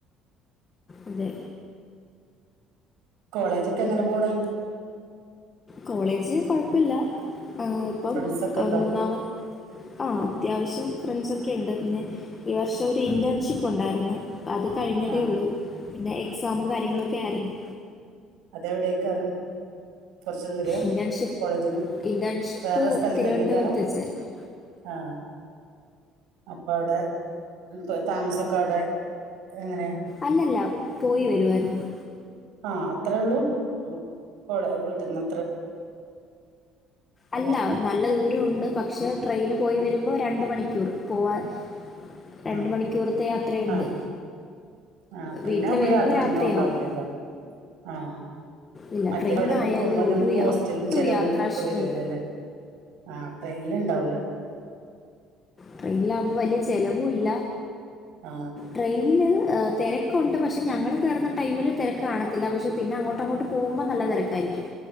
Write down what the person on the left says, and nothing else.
അതെ.
കോളേജ് കൊഴപ്പല്ല മ് ഇപ്പം
ആ
മൂന്നാമത് ആ അത്യാവശ്യം ഫ്രണ്ട്സൊക്കെ ഇണ്ട് പിന്നെ ഈ വർഷം ഒരു ഇന്റേൺഷിപ്പ് ഒണ്ടായിരുന്ന് അത് കഴിഞ്ഞതേയുള്ളു
പിന്നെ എക്സാമും കാര്യങ്ങളൊക്കെ ആയിരുന്നു
ഇന്റേൺഷിപ്പ്
ഇന്റേൺഷിപ്പ്
തിരുവനന്തപുരത്ത് വെച്ചായിരുന്നു
അല്ലല്ല പോയി വെരുവായിരുന്നു
അല്ല
നല്ല ദൂര ഒണ്ട് പക്ഷെ ട്രെയിന് പോയി വരുമ്പോ രണ്ട് മണിക്കൂർ പോവാൻ രണ്ട്
മണിക്കൂറത്തെ യാത്രയുണ്ട്
വീട്ടിൽ
വരുമ്പോൾ
രാത്രിയാവും
ഇല്ല
ട്രെയിനായാലും
ഒരു യാ-
ഒട്ടും
യാത്രാക്ഷീണമില്ല
ട്രെയിന്ലാവുമ്പോ വല്ല്യാ ചെലവുല്ല
ട്രെയിനില് ആ തെരക്കുണ്ട് പക്ഷേ ഞങ്ങള് കേറുന്ന ടൈമില് തെരക്ക് കാണത്തില്ല പക്ഷേ പിന്നെ അങ്ങോട്ട് അങ്ങോട്ട് പോവുമ്പം നല്ല തെരക്കായിരിക്കും